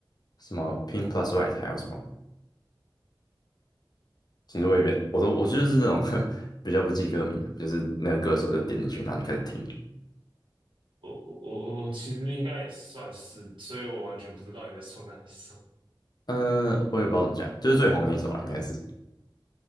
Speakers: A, on the left (about 50°); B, on the right (about 70°).
A: 什么 Pink Plus White，还有什么？其实我也没，我都我就是那种 <laughs> 比较不记歌名，我就是那个歌手就点进去，然后就开始听。
B: 我我我我其实应该也算是，所以我完全不知道你在说哪一首，
A: 呃，我也不知道怎么讲，就是最红的一首啊，应该是